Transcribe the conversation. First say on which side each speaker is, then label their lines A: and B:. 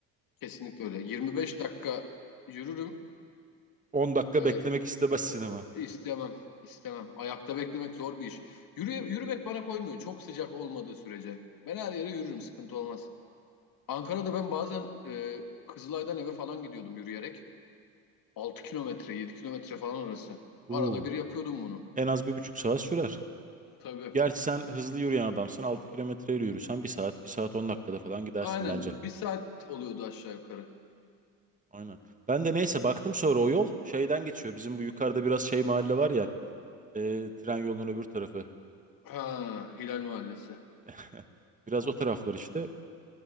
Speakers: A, on the left; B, on the right.
A: Kesinlikle öyle. 25 dakika yürürüm.
B: 10 dakika
A: Ee,
B: beklemek istemezsin ama.
A: istemem, istemem. Ayakta beklemek zor bir iş. Yürü, yürümek bana koymuyor. Çok sıcak olmadığı sürece. Ben her yere yürürüm, sıkıntı olmaz. Ankara'da ben bazen e, Kızılay'dan eve falan gidiyordum yürüyerek. altı kilometre, 7 kilometre falan orası. Arada
B: Uuu.
A: bir yapıyordum bunu.
B: En az bir buçuk saat sürer.
A: Tabii.
B: Gerçi sen hızlı yürüyen adamsın. 6 kilometreyle yürüsen bir saat, bir saat 10 dakikada falan gidersin
A: Aynen.
B: bence.
A: Bir saat oluyordu aşağı yukarı.
B: Aynen. Ben de neyse baktım sonra o yol şeyden geçiyor. Bizim bu yukarıda biraz şey mahalle var ya. e, tren yolunun öbür tarafı.
A: Ha, Hilal Mahallesi.
B: <laughs> Biraz o taraflar işte.